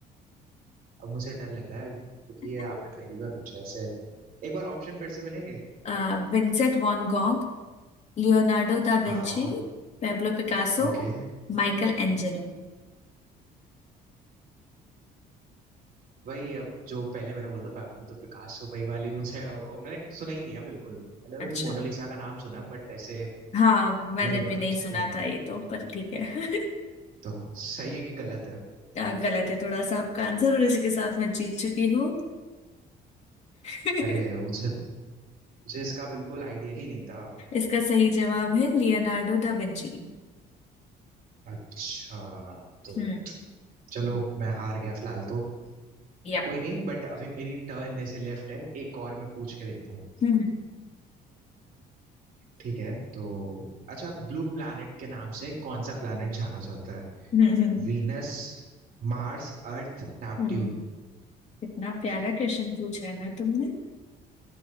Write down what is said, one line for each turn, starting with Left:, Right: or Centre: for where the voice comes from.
Right: अब मुझे डर लग रहा है क्योंकि
Left: <laughs>
Right: ये आपने पहली बार पूछा ऐसे एक बार ऑप्शन फिर से मिलेंगे
Left: आ, Vincent van Gogh Leonardo da
Right: हाँ
Left: Vinci
Right: और
Left: Pablo Picasso
Right: ओके
Left: Michelangelo
Right: वही अब जो पहले मैंने बोला था पैब्लो द पिकासो वही वाली मुझे और मैंने सुना ही नहीं है बिल्कुल मतलब
Left: अच्छा
Right: मैंने मोनालिसा का नाम सुना है बट ऐसे
Left: हाँ मैंने
Right: ये नहीं
Left: भी
Right: पता
Left: नहीं
Right: मुझे
Left: सुना
Right: पेंटिंग
Left: था ये तो पर ठीक है
Right: तो सही है कि गलत है
Left: <laughs> आ, गलत है थोड़ा सा आपका आंसर और इसी के साथ मैं जीत चुकी हूँ <laughs>
Right: अरे मुझे मुझे इसका बिल्कुल आइडिया ही नहीं था
Left: इसका सही जवाब है लियोनार्डो दा विंची
Right: अच्छा तो
Left: हम्म
Right: चलो मैं हार गया फिलहाल तो
Left: यप।
Right: कोई नहीं बट अभी मेरी टर्न में से लेफ्ट है एक और मैं पूछ के देखता हूँ
Left: हम्म
Right: ठीक है तो अच्छा ब्लू प्लैनेट के नाम से कौन सा प्लैनेट जाना जाता है
Left: हम्म, हम्म,
Right: Venus Mars Earth Neptune
Left: हम्म। कितना प्यारा क्वेश्चन पूछा है ना तुमने